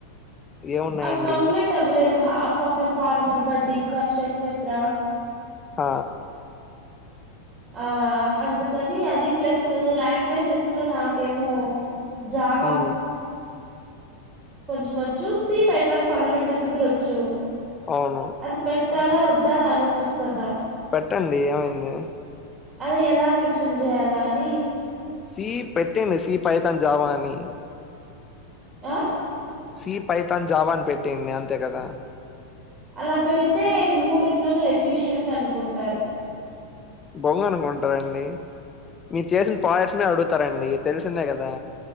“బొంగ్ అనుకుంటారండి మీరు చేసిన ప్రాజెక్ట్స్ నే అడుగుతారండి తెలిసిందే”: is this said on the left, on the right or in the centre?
Left